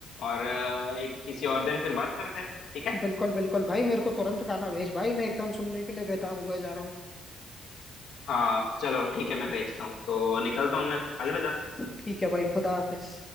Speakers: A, on the left (about 70°); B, on the left (about 20°).
A: और अ, एक किसी और दिन फिर बात करते हैं ठीक है
B: बिल्कुल बिल्कुल भाई मेरे को तुरंत गाना भेज भाई मैं एकदम सुनने के लिए बेताब हुआ जा रहा हूँ
A: हाँ चलो ठीक है मैं भेजता हूँ तो निकलता हूँ मैं अलविदा
B: ठीक है भाई खुदा हाफिज